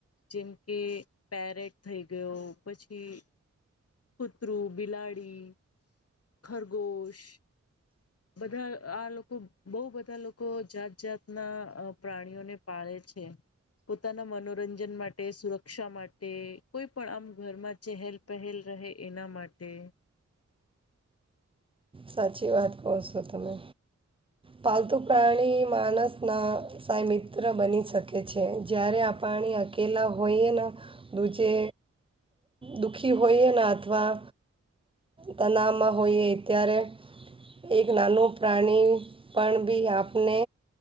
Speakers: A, on the left; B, on the right.
A: જેમ કે પેરેડ થઈ ગયો પછી કુતરું બિલાડી ખરગોશ બધા આ લોકો બહુ બધા લોકો જાત જાતના પ્રાણીઓને પાળે અ્ પોતાના મનોરંજન માટે સુરક્ષા માટે કોઈ પણ આમ ઘરમાં ચહેલ પહેલ રહે એના માટે
B: સાચી વાત કહ છો તમે પાલતુ પ્રાણી માણસના સા મિત્ર બની શકે છે જ્યારે આપ પાણી અકેલા હોઈએ દૂજે દુઃખી હોઈએ ને અથવા તનાવમાં હોઈએ ત્યારે એક નાનું પ્રાણી પણ બી આપને